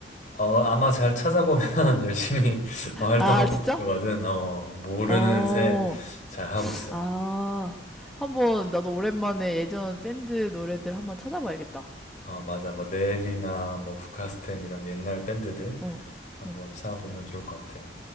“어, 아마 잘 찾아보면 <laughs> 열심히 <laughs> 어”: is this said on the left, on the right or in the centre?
Left